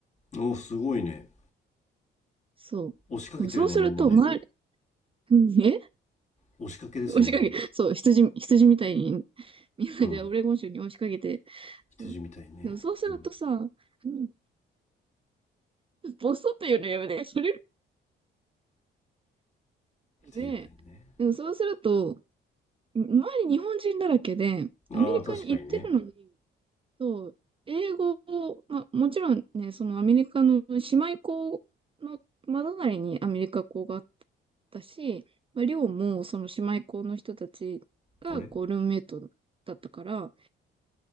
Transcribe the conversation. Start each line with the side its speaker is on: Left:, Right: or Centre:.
Left: うん。おお、すごいね。
Right: そう。
Left: 押しかけてるね、
Right: でもそうすると、
Left: みんなで。
Right: 周り、<laughs> うんえ
Left: 押しかけですね、
Right: 押しかけ、
Left: もう。
Right: そう、羊、羊みたいに、みんなでオレゴン州に押しかけて、
Left: うん。
Right: そう。
Left: 羊みたいね。
Right: でもそうするとさ、
Left: うん。
Right: うん、ボソっていうのやめて、それ、ねでもそうすると、
Left: 羊みたいね。
Right: 周り日本人だらけで、
Left: ああ、
Right: アメリカに行ってるのに、
Left: 確かにね。
Right: そう、英語を、まあ、もちろんね、そのアメリカの姉妹校のまだな隣にアメリカ校があったし、まあ、寮もその姉妹校の人たちがこうルームメイトだったから、
Left: 俺